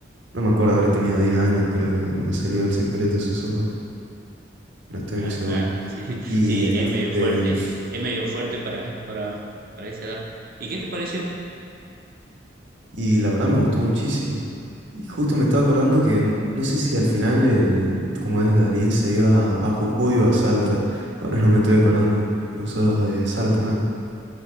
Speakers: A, on the right; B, on the right.
A: No me acuerdo haber tenido 10 años, creo que cuando salió El secreto de sus ojos. No estoy
B: Ah,
A: muy seguro.
B: claro, sí, <laughs>
A: Y
B: sí,
A: este,
B: es medio fuerte,
A: <laughs>
B: es medio fuerte para, para, para esa edad. ¿Y qué te pareció?
A: y la verdad me gustó muchísimo. Y justo me estaba acordando que n- no sé si al final el, cómo es, Darín se iba a, a Jujuy o a Salta. Ahora no me estoy acordando. Y vos sos de Salta, ¿no?